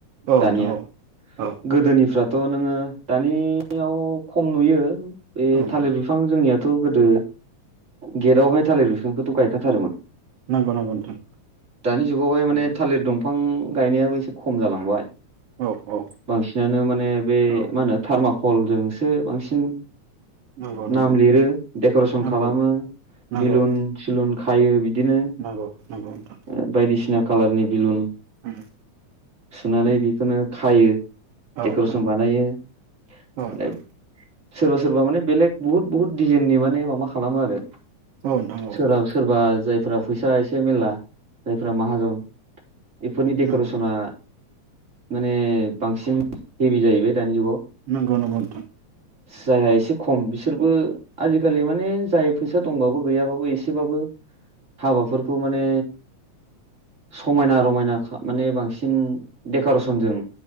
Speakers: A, on the right (about 60°); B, on the right (about 25°).
A: औ
B: दानिया
A: नोंथां औ
B: गोदोनिफ्रा। थ नोंङो दानियाव खम नुयो। ए
A: औ नोंथां
B: थालिर बिफां जोंनिया। थ गोदो गेदावहाय थालिर बिफा। थोंबथ गायखाथारोमोन।
A: नंगौ नंगौ नोंथां
B: <inaudible> दानि जुगावहाय माने
A: नंगौ
B: थालिर दं। फां गायनायाबो एसे खम जालांबाय।
A: औ औ
B: बांसिनानो माने बे
A: औ
B: मा होनो थारमाखौ। हलजोंसो बांसिन।
A: नंगौ नंगौ
B: नाम लिरो देकरसन
A: नंगौ
B: खालामो
A: नंगौ
B: बिलुन। सिलुन खायो बिद। बिदिनो
A: नंगौ नंगौ नोंथां
B: ओ बायदिसिना। कालारनि बिलुन।
A: उम
B: सुनानै
A: उम
B: बिखौनो। खायो।
A: औ
B: देकरसन
A: नोंथां
B: बानायो माने।
A: औ नोंथां
B: सोरबा सोरबा माने बेलेग बहुत बुहुत डिजाइननि माने माबा खालामो आरो।
A: औ नोंथां औ
B: सोरनाव
A: औ
B: सोरबा जायब। फ्रा फैसा एसे मेरला जायफ्रा माहाजन। इफोरनि डेकरसना।
A: नंगौ नोंथां
B: माने बांसिन हेभि जाहैबाय दानि जुगाव
A: नंगौ नंगौ नोंथां
B: जाया एसे खम बिसोरबो आजिकालि माने जाय फैसा दंबाबो गैयाबाबो एसे एसेबाबो हाबाफोरखौ माने समायना रमायना खा माने बांसिन डेकरेसनजों